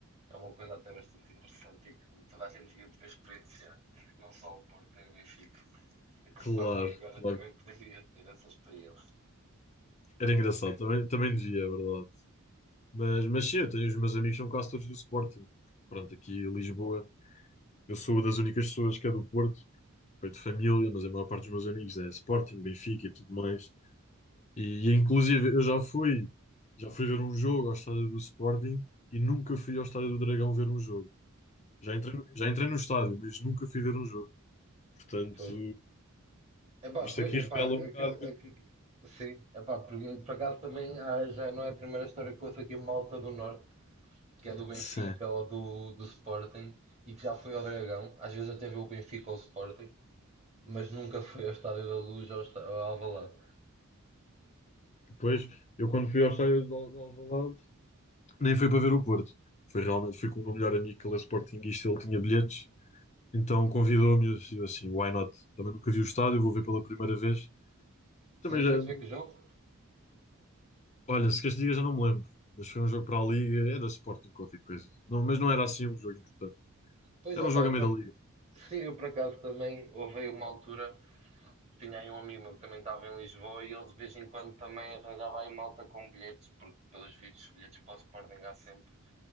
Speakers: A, on the right; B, on the left.
A: é uma coisa até bastante interessante e que toda a gente devia poder experienciar, não só o Porto nem o Benfica. O Sporting
B: Claro,
A: agora
B: claro.
A: também poderia ter essa experiência.
B: Era engraçado, também, também dizia, é verdade. Mas, mas sim, eu tenho os meus amigos, são quase todos do Sporting. Pronto, aqui em Lisboa, eu sou uma das únicas pessoas que é do Porto, foi de família, mas a maior parte dos meus amigos é Sporting, Benfica e tudo mais. E, e, inclusive eu já fui, já fui ver um jogo ao estádio do Sporting e nunca fui ao estádio do Dragão ver um jogo. Já entrei, no- já entrei no estádio, mas nunca fui ver um jogo. Portanto,
A: Pois. Epá,
B: isto
A: pois,
B: aqui revela
A: epá,
B: um bocado.
A: acre-
B: que-
A: acre- sim, epá, por, por acaso também há- já não é a primeira história que ouço aqui uma malta do Norte, que é do Benfica
B: Sim.
A: ou do, do Sporting, e que já foi ao Dragão, às vezes até vê o Benfica ou o Sporting, mas nunca foi ao Estádio da Luz ou ao, Está- ao Alvalade.
B: Depois, eu quando fui ao estádio de Al- de Alvalade, nem foi para ver o Porto. Foi realmente, fui com o meu melhor amigo, que ele é sportinguista, ele tinha bilhetes. Então convidou-me e eu disse assim, why not? Também nunca vi o estádio, vou ver pela primeira vez.
A: Sim,
B: Também já,
A: foi-se ver que o jogo?
B: Olha, se queres que diga, já não me lembro. Mas foi um jogo para a Liga, era Sporting qualquer coisa. Não, mas não era assim um jogo importante.
A: Pois,
B: Era
A: opá,
B: um jogo
A: eu
B: a meio
A: por ac-
B: da Liga,
A: sim, eu por acaso também houve aí uma altura, tinha aí um amigo meu que também estava em Lisboa e ele de vez em quando também arranjava aí malta com bilhetes, porque pelos vistos, bilhetes para o Sporting há sempre.